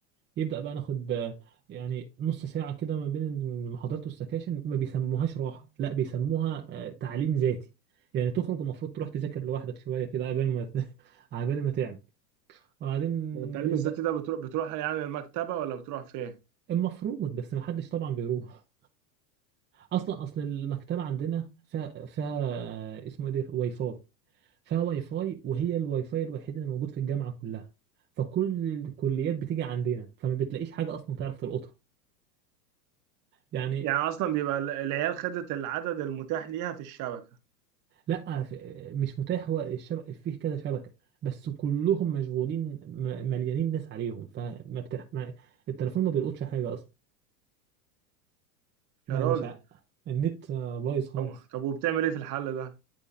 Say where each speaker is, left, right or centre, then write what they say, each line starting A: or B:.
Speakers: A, on the right; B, on the right.
A: يبدأ بقى ناخد آه، يعني نص ساعة كده ما بين المحاضرات والسكاشن ما بيسموهاش راحة لا بيسموها آه، تعليم ذاتي يعني تخرج المفروض تروح تذاكر لوحدك شوية كده قبل ما <laughs> قبل ما تعمل وبعدين
B: والتعليم
A: نبدأ
B: الذاتي ده بتروح بتروح يعني المكتبة ولا بتروح فين
A: المفروض بس ما حدش طبعا بيروح اصلا اصل المكتبة عندنا فيها فيها آه، اسمه ايه ده واي فاي فيها واي فاي وهي الواي فاي الوحيد اللي موجود في الجامعه كلها فكل الكليات بتيجي عندنا فما بتلاقيش حاجه اصلا تعرف تلقطها يعني
B: يعني اصلا بيبقى ال- العيال خدت العدد المتاح ليها في الشبكة
A: لا ف- مش متاح هو الشبكه فيه كذا شبكه بس كلهم مشغولين م- مليانين ناس عليهم فما بتح... ما... التليفون ما بيلقطش حاجه اصلا ما
B: يا راجل
A: مش ع... النت آه، بايظ خالص
B: طب طب وبتعمل ايه في الحل ده